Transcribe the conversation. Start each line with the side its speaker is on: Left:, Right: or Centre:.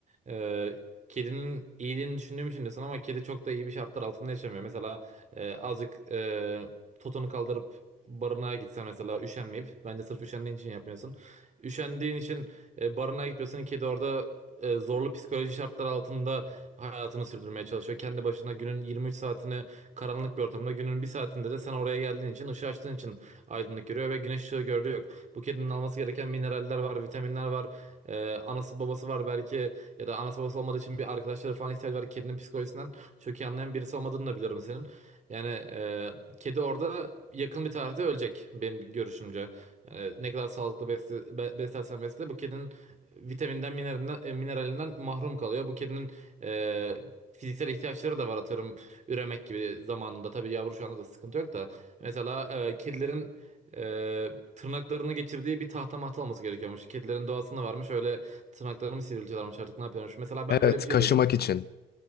Right: Ee, kedinin iyiliğini düşündüğüm için de sana ama kedi çok da iyi bir şartlar altında yaşamıyor. Mesela e, azıcık e, totonu kaldırıp barınağa gitsen mesela üşenmeyip bence sırf üşendiğin için yapmıyorsun. Üşendiğin için e, barınağa gitmiyorsun. Kedi orada e, zorlu psikoloji şartlar altında hayatını sürdürmeye çalışıyor. Kendi başına günün 23 saatini karanlık bir ortamda günün bir saatinde de sen oraya geldiğin için ışığı açtığın için aydınlık görüyor ve güneş ışığı gördüğü yok. Bu kedinin alması gereken mineraller var, vitaminler var. Ee, anası babası var belki ya da anası babası olmadığı için bir arkadaşları falan ihtiyacı var. Kedinin psikolojisinden çok iyi anlayan birisi olmadığını da biliyorum senin. Yani e, kedi orada yakın bir tarihte ölecek benim görüşümce. Yani ne kadar sağlıklı besle, be- beslersen besle bu kedinin vitaminden, mineralinden, e, mineralinden mahrum kalıyor. Bu kedinin e, fiziksel ihtiyaçları da var atıyorum üremek gibi zamanında. Tabii yavru şu anda da sıkıntı yok da. Mesela e, kedilerin e, tırnaklarını geçirdiği bir tahta mahta olması gerekiyormuş. Kedilerin doğasında varmış öyle tırnaklarını mı sivriltiyorlarmış artık ne yapıyormuş. Mesela ben
Left: Evet,
Right: böyle bir şey
Left: kaşımak
Right: duydum.
Left: için.